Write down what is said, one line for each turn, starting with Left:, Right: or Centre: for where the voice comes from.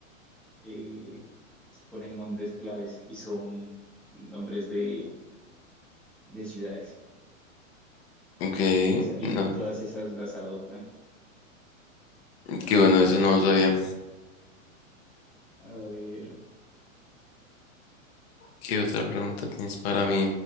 Centre: eh, se ponen nombres claves y son nombres de, de ciudades.
Left: Ok,
Centre: Y pues ahí
Left: no,
Centre: y todas esas las adoptan.
Left: qué bueno, eso no lo sabía.
Centre: A ver,
Left: ¿Qué otra pregunta tienes para mí?